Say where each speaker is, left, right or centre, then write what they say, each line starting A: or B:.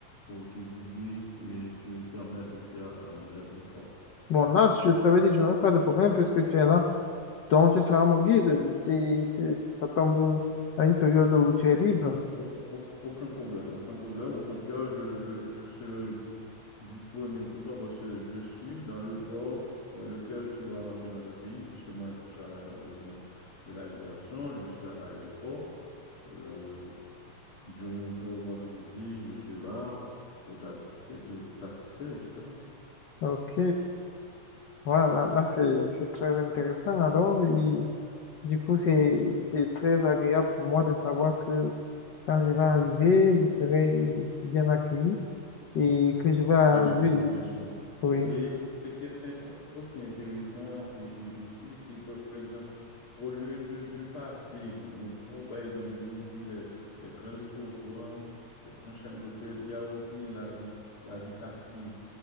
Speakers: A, on the left (about 45°); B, on the left (about 85°).
A: pour te guider et te permettre de faire euh, les bons choix.
B: Bon, là, je, ça veut dire que je n'aurai pas de problème puisque tu es là. Donc, tu seras mon guide. C'est, c'est, ça tombe à une période où tu es libre.
A: Aucun, aucun, aucun- aucun problème, aucun problème. Au contraire, je, je, je serai disponible pour toi parce que je suis dans le port dans lequel tu vas entrer dans le pays, puisque moi, je travaille dans le domaine de l'aviation, je suis à l'aéroport. Euh, du lundi au vendredi, je suis là pour t'assister, et t'assister, etc.
B: Ok. Voilà, là, là, c'est, c'est très intéressant alors et du coup c'est, c'est très agréable pour moi de savoir que quand je vais arriver, je serai bien accueilli et que je vais arriver.
A: Bien sûr, bien sûr.
B: Oui,
A: Et ce qui est int- aussi intéressant et- et ici, c'est par exemple, au lieu de, de passer, ou, ou, par exemple, de visiter les, les grands restaurants, les grandes chaînes d'hôtels, il y a aussi la vie, la vie passive